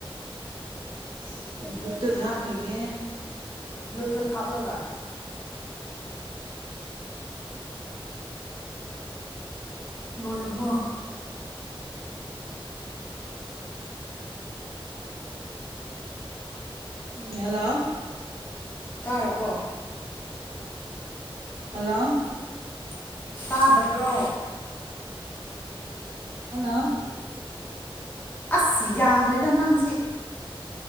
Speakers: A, on the right; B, on the left.
A: ꯁꯤꯁ ꯕ꯭ꯂꯨꯇꯨꯠ ꯍꯥꯞꯈꯤꯒꯦ
B: ꯇꯨꯠ ꯍꯥꯞꯂꯒ ꯂꯣꯏꯔꯕꯣ
A: ꯎꯝ ꯍꯜꯂꯣ
B: ꯇꯥꯔꯕꯣ
A: ꯍꯜꯂꯣ
B: ꯇꯥꯗꯕ꯭ꯔꯣ
A: ꯍꯜꯂꯣ
B: ꯑꯁ ꯌꯥꯗ꯭ꯔꯦꯗ ꯅꯪꯁꯤ